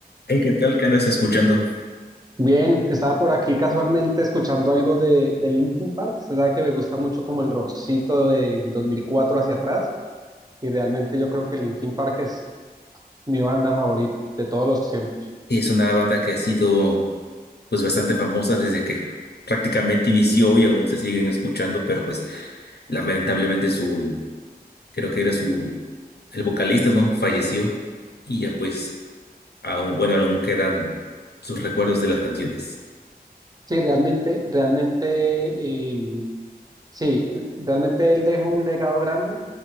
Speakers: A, on the left; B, on the right.
A: Hey, ¿qué tal? ¿Qué andas escuchando?
B: Bien, estaba por aquí casualmente escuchando algo de, de Linkin Park. Usted sabe que me gusta mucho como el rockcito del 2004 hacia atrás y realmente yo creo que Linkin Park es mi banda favorita de todos los tiempos.
A: Es una banda que ha sido pues bastante famosa desde que prácticamente inició y aún se siguen escuchando, pero pues lamentablemente su, creo que era su, el vocalista, ¿no? Falleció y ya pues aún, bueno, aún quedan sus recuerdos de las canciones.
B: Sí, realmente, realmente em, Sí, realmente él dejó un legado grande